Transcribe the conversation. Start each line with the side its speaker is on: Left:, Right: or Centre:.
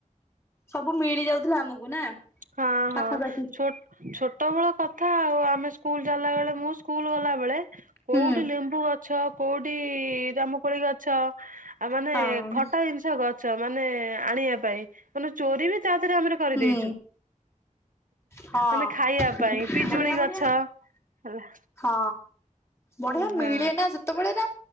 Left: ସବୁ ମିଳି ଯାଉଥିଲା ଆମକୁ ନା।
Right: ହଁ
Left: ପାଖାପାଖି
Right: ହଁ ଛୋଟ ଛୋଟ ବେଳ କଥା ଆଉ ଆମେ ସ୍କୁଲ ଯାଲା ବେଳେ ମୁଁ ସ୍କୁଲ ଗଲା ବେଳେ କୋଉଠି
Left: ହୁଁ
Right: ଲେମ୍ବୁ ଗଛ କୋଉଠି ଜାମୁକୋଳି ଗଛ ଆ ମାନେ
Left: ହଁ
Right: ଖଟା ଜିନ ଗଛ ମାନେ ଆଣିବା ପାଇଁ ମାନେ ଚୋରି ବି ତା ଦେହରେ ଆମେ କରିଦେଇଛୁ।
Left: ହୁଁ ହଁ
Right: ମାନେ ଖାଇବା ପାଇଁ ପିଜୁଳି
Left: ବଢିଆ ବଢିଆ
Right: ଗଛ ହେଲା।
Left: ହଁ ବଢିଆ
Right: ହଁ ହଁ
Left: ମିଳେ ନା ସେତେବେଳେ ନା